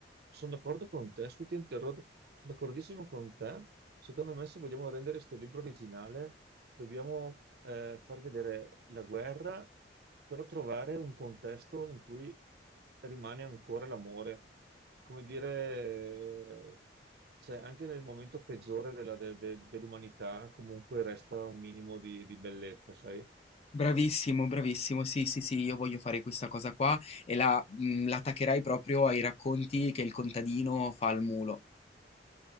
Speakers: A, on the right; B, on the left.
A: sono d'accordo con te, scusi, ti interrompo, sono d'accordissimo con te. Secondo me, se vogliamo rendere questo libro originale, dobbiamo eh, far vedere la guerra, però trovare un contesto in cui rimane ancora l'amore. Come dire, eh, cioè, anche nel momento peggiore della- de- de- dell'umanità, comunque resta un minimo di, di bellezza, sai?
B: Bravissimo, bravissimo. Sì, sì, sì, io voglio fare questa cosa qua e la, mh, la attaccherai proprio ai racconti che il contadino fa al mulo.